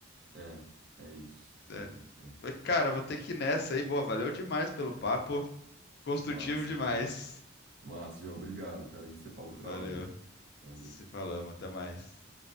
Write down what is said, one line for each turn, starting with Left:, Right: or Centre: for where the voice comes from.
Right: é, é isso, é
Left: É.
Right: isso, cara.
Left: Mas, Cara, vou ter que ir nessa aí. Boa, valeu demais pelo papo. Construtivo
Right: Massa,
Left: demais.
Right: João. Massa, João, obrigado, cara. A gente se fala outra
Left: Valeu.
Right: hora, hein? Valeu.
Left: Se falamos, até mais.